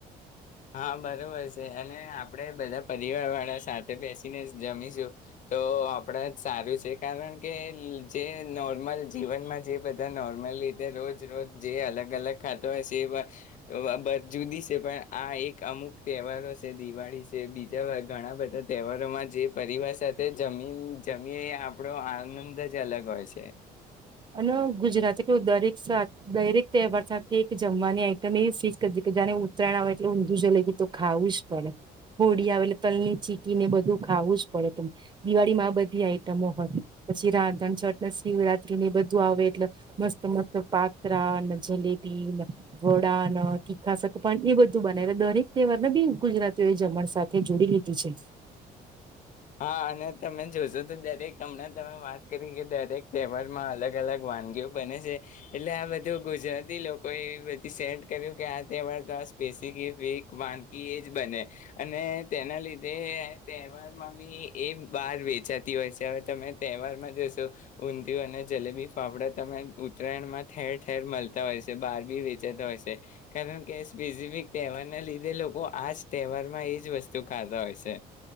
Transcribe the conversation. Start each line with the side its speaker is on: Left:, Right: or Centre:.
Left: હા બરોબર છે અને આપણે બધા પરિવાર વાળા સાથે બેસીને જમીશું તો આપણા જ સારું છે કારણ કે જે નોર્મલ જીવનમાં જે બધા નોર્મલ રીતે રોજ રોજ જે અલગ અલગ ખાતો હોય છે એ જુદી છે પણ આ એક અમુક તહેવારો છે દિવાળી છે બીજા ઘણા બધા તહેવારોમાં જે પરિવાર સાથે જમી જમીએ આપણો આનંદ જ અલગ હોય છે
Right: અને ગુજરાત એટલું દરેક દરેક તહેવાર સાથે એક જમવાની આઈટમ એવી ફિક્સ કરી કે જાને ઉત્તરાયણ આવે એટલે ઊંધું જલેબી તો ખાવું જ પડે હોળી આવે એટલે તલની ચીટી ને બધું ખાવું જ પડે ત દિવાળી માં આ બધી આઈટમો હોય પછી રાધણ છટ શિવરાત એ બધું આવે એટલે મસ્ત મસ્ત પાત્રા ને જલેબીને વડાને તીખા સગપન એ બધું બનાવે દરેક તહેવાર બી ગુજરાતીઓ એ જમણ સાથે જોડી લીધું છે
Left: હા અને તમે જોશો તો દરેક હમણાં તમે વાત કરી કે દરેક તહેવારમાં અલગ અલગ વાનગીઓ બને છે એટલે આ બધું ગુજરાતી લોકોએ એ બધી સેટ કર્યું કે આ તહેવાર તો આ સ્પેસફ વાનગી એ જ બને અને તેના લીધે તહેવારમાં બ એ બહાર વેચાતી હોય છે હવે તમે તહેવારમાં જશો ઊંધિયું અને જલેબી ફાફડા તને ઉત્તરાયણમાં ઠેર ઠેર મળતા હોય છે બહાર બી વેચાતા હોય છે કારણ કે સ્પેસિફિક તહેવારના લીધે લોકો આજ તહેવારમાં એજ વસ્તુ ખાતા હોય છે